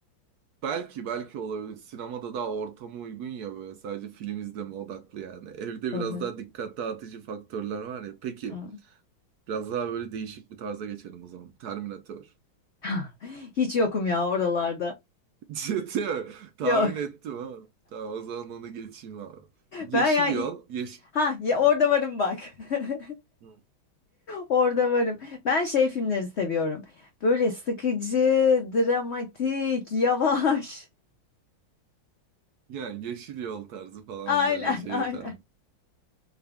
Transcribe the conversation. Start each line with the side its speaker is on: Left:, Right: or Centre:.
Right: Belki belki olabilir. Sinemada daha ortama uygun ya böyle sadece film izleme odaklı yani. Evde
Left: Tabii.
Right: biraz daha dikkat dağıtıcı faktörler var ya. Peki
Left: Evet.
Right: biraz daha böyle değişik bir tarza geçelim o zaman. Terminator.
Left: <laughs> Hiç yokum ya oralarda.
Right: <laughs> Ciddi mi? Tahmin
Left: Yok.
Right: ettim ha. Tamam o zaman onu geçeyim abi. Yeşil
Left: Ben ya
Right: yol. Yeş...
Left: ha ya
Right: He.
Left: orada varım bak. <laughs>
Right: Hı.
Left: Orada varım. Ben şey filmleri seviyorum. Böyle sıkıcı, dramatik, yavaş.
Right: Yani yeşil yol tarzı falan
Left: <laughs> Aynen,
Right: böyle şey
Left: aynen.
Right: tamam.